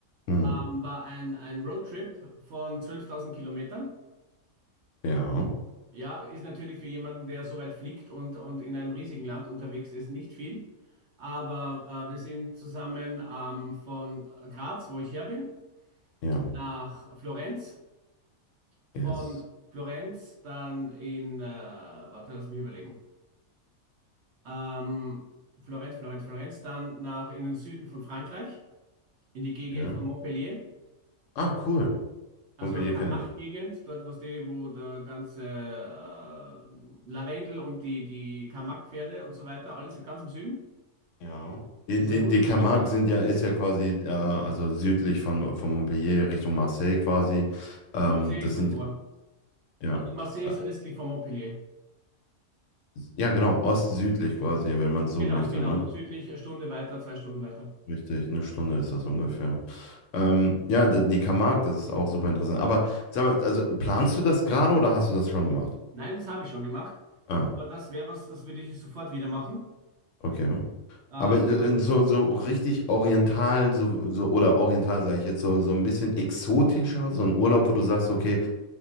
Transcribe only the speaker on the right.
war ein, ein Roadtrip von 12.000 Kilometern.
Ja, ist natürlich für jemanden, der so weit fliegt und, und in einem riesigen Land unterwegs ist, nicht viel. Aber äh, wir sind zusammen ähm, von Graz, wo ich her bin,
nach Florenz. Von
Florenz dann in, äh, warte, lass mich überlegen. Ähm, Florenz, Florenz, Florenz, dann nach in den Süden von Frankreich, in die Gegend
von Montpellier.
Also
Karmak-Gegend,
dort, was die, wo der ganze äh, Lavendel und die, die Karmak-Pferde und so weiter, alles ganz im Süden.
Es
ist eine wunderschöne
Gegend.
Marseille
ist
davor.
Also Marseille
ist östlich von Montpellier.
Genau,
genau,
noch südlich, eine Stunde weiter, zwei Stunden weiter.
Nein, das habe ich schon gemacht.
Aber das wäre was, das würde ich sofort wieder machen.
Äh,
vor allem